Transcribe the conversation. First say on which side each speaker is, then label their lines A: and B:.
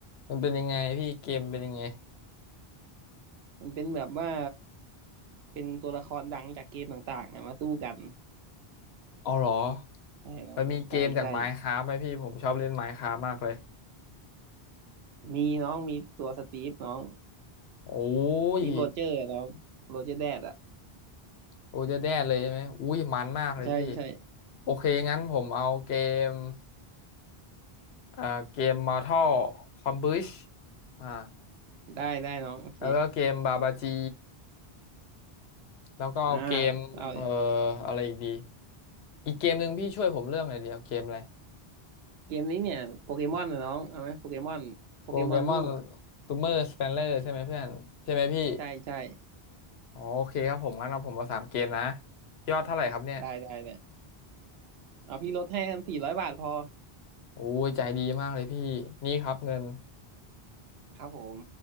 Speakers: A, on the left; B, on the right.
A: มันเป็นยังไงพี่เกมเป็นยังไง
B: มันเป็นแบบว่าเป็นตัวละครดังจากเกมต่างๆอะมาสู้กัน
A: อ๋อเหรอ
B: ใช่น้องใช่ใช่
A: มันมีเกมจาก Minecraft ไหมพี่ผมชอบเล่น Minecraft มากเลย
B: มีน้องมีตัวสตีฟน้อง
A: โอ้
B: สตีฟโรเจอร์น้องโรเจอร์แดดอะ
A: ยโอ้ยจะแด้เลยใช่ไหมอุ้ยมันมากเลยพี่
B: ใช่ใช่
A: โอเคงั้นผมเอาเกม เอ่อเกม Mortal Kombat อ่า
B: ได้ได้น้องโอเค
A: แล้วก็เกมบาบาจีแล้วก็เอาเกมเอ่อ
B: อ่าเอา
A: อะไรอีกดี อีกเกมหนึ่งพี่ช่วยผมเลือกหน่อยดีเอาเกมอะไร
B: เกมนี้เนี่ยโปเกมอนนะน้องเอาไหมโปเกมอนโปเกมอนนู่อ่ะ
A: โปเกมอนซูเมอร์สเปนเลอร์ใช่ไหมเพื่อน ใช่ไหมพี่
B: ใช่ใช่
A: อ๋อโอเคครับผมงั้นเอาผมมาสามเกมนะ ยอดเท่าไหร่ครับเนี่ย
B: ได้ได้เนี่ยเอาพี่ลดให้กันสี่ร้อยบาทพอ
A: โอ้ยใจดีมากเลยพี่ นี่ครับเงิน
B: ครับผม